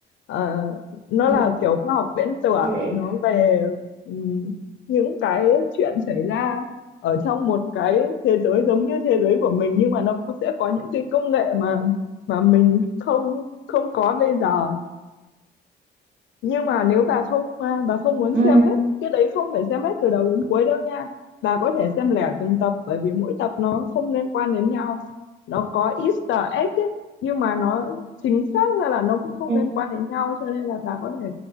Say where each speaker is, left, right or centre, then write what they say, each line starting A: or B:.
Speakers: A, on the left (about 70°); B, on the right (about 75°).
A: Ờ, nó
B: Như
A: là kiểu khoa học viễn tưởng
B: vậy
A: nó về ừm, những cái chuyện xảy ra ở trong một cái thế giới giống như thế giới của mình nhưng mà nó cũng sẽ có những cái công nghệ mà mà mình không không có bây giờ nhưng mà nếu bà không à, bà không muốn
B: ừ
A: xem hết cái đấy không phải xem hết từ đầu đến cuối đâu nha bà có thể xem lẻ từng tập bởi vì mỗi tập nó không liên quan đến nhau nó có Easter egg ấy, nhưng mà nó chính xác ra là nó cũng không
B: ừ
A: liên quan đến nhau cho nên là bà có thể